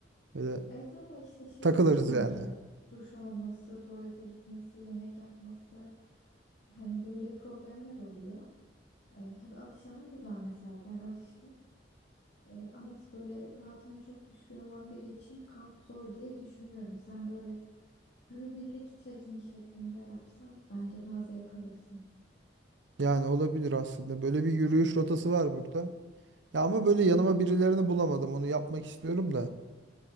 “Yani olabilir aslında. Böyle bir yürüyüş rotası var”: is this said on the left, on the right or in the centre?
Right